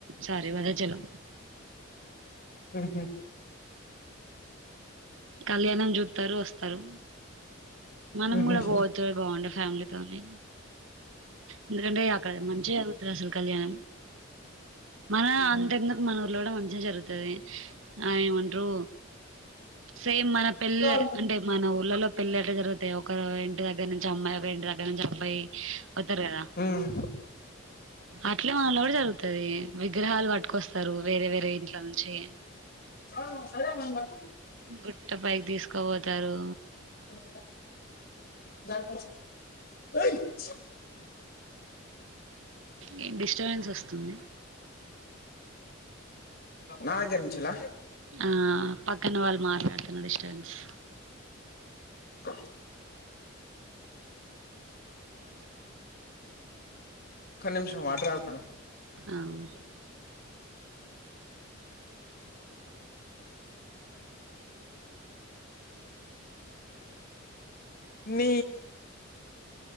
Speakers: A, on the right; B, on the left.
A: సోరి భద్రాచలం
B: ఉహు
A: కళ్యాణం జుత్తారు వస్తారు మనం
B: ఉహు
A: కూడా పోతే బాగుండు ఫ్యామిలీతోోని ఎందుకంటే అక్కడ మంచిగా జరుగుతుంది అసలు కళ్యాణం మన అంత ఎందుకు మన ఊర్లో కూడా మంచిగా జరుగుతది ఆ ఏమంటారు సేమ్ మన పెళ్ళ
B: ఆహా
A: అంటే మన ఊళ్ళలో పెళ్లే ఎట్టా జరుగుతాయో ఒక ఒక ఇంటి దగ్గర నుంచి అమ్మాయి ఒక ఇంటి దగ్గర నుంచి అబ్బాయి వత్తారు కదా
B: ఉమ్
A: అట్లే మనఉలో కూడా జరుగుతది విగ్రహాలు పట్టుకొస్తారు వేరే వేరే ఇంట్ల నుంచి
B: ఆ సరే మమ్
A: గుట్ట పైకి తీసుకో పోతారు
B: <inaudible>
A: ఏ డిస్టర్బెన్స్ వస్తుంది
B: నాకేనించెల్లా
A: ఆ పక్కన వాళ్ళు మాట్లాడుతున్నా డిస్టర్బన్స్
B: య ఒక నిమిషం వాటర్ తాగుతున్న
A: ఆమ్
B: నీ